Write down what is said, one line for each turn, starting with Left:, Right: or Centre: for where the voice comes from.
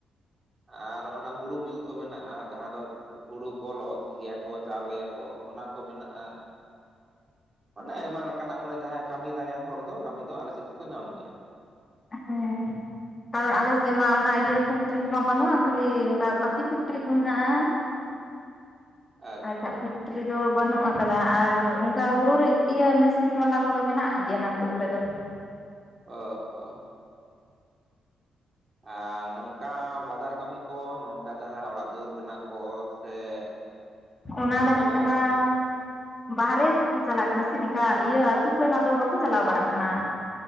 Right: ᱟᱨ ᱱᱚᱜᱼᱱᱟ ᱦᱩᱲᱩ ᱢᱤᱞ ᱠᱚ ᱢᱮᱱᱟᱜᱼᱟ ᱡᱟᱦᱟᱸ ᱫᱚ ᱦᱩᱲᱩ ᱠᱚ ᱞᱚᱦᱚᱫ ᱛᱮᱠᱮᱭᱟ ᱠᱚ ᱪᱟᱣᱞᱮᱭᱟᱠᱚ ᱚᱱᱟ ᱠᱚ ᱢᱮᱱᱟᱜᱼᱟ᱾ ᱚᱱᱮ ᱟᱭᱢᱟ ᱞᱮᱠᱟᱱᱟᱜ ᱢᱟᱱᱮ ᱡᱟᱦᱟᱸᱭ ᱠᱟᱹᱢᱤ ᱫᱟᱲᱮᱭᱟᱱ ᱦᱚᱲ ᱫᱚ ᱠᱟᱹᱢᱤ ᱫᱚ ᱟᱞᱮ ᱥᱮᱫ ᱫᱚᱠᱚ ᱧᱟᱢ ᱜᱮᱭᱟ᱾
Left: ᱦᱮᱸ ᱠᱟᱨᱚᱱ ᱟᱞᱮᱥᱮᱫ ᱢᱟ ᱚᱱᱟ ᱤᱭᱟᱹ ᱯᱷᱮᱠᱴᱨᱤ ᱠᱚᱢᱟ ᱵᱟᱹᱱᱩᱜᱼᱟ ᱠᱷᱟᱹᱞᱤ ᱚᱱᱠᱟ ᱯᱟᱹᱛᱤ ᱯᱷᱮᱠᱴᱨᱤ ᱠᱚ ᱦᱮᱱᱟᱜᱼᱟ᱾
Right: <inaudible> ᱟᱪᱪᱷᱟ
Left: ᱟᱪᱷᱟ ᱯᱷᱮᱠᱼᱼ ᱴᱨᱤᱫᱚ ᱵᱟᱹᱱᱩᱜ ᱟᱠᱟᱫᱟ ᱟᱨ ᱚᱱᱠᱟ ᱦᱩᱲᱩ ᱨᱮ ᱤᱭᱟᱹ ᱢᱮᱥᱤᱱ ᱵᱟᱞᱟ ᱠᱚᱫᱚ ᱢᱮᱱᱟᱜ ᱜᱮᱭᱟ ᱱᱚᱛᱮ ᱠᱚᱨᱮ ᱫᱚ᱾
Right: ᱚ ᱦᱚ᱾ ᱟᱨ ᱱᱚᱝᱠᱟ ᱵᱟᱡᱟᱨ ᱠᱟᱹᱢᱤ ᱠᱚ ᱱᱚᱜᱼᱱᱚᱠᱟ ᱡᱟᱦᱟᱸ ᱚᱲᱟᱜ ᱫᱩᱣᱟᱹᱨ ᱵᱮᱱᱟᱣ ᱠᱚ ᱥᱮ <inaudible>
Left: ᱚᱱᱟ
Right: ᱢᱟᱱᱮ
Left: ᱞᱟᱹᱜᱤᱫ
Right: ᱮᱴᱟᱜᱟᱜ
Left: ᱛᱮᱢᱟ
Right: ᱟᱨᱚ ᱵᱚᱱ
Left: ᱵᱟᱦᱨᱮ ᱠᱚ ᱪᱟᱞᱟᱜ ᱠᱟᱱᱟ ᱥᱮ ᱱᱤᱝᱠᱟ ᱤᱭᱟᱹ ᱟᱹᱛᱩ ᱠᱚᱨᱮᱱᱟᱜ ᱫᱚ ᱵᱟᱠᱚ ᱪᱟᱞᱟᱣ ᱵᱟᱲᱟᱜ ᱠᱟᱱᱟ᱾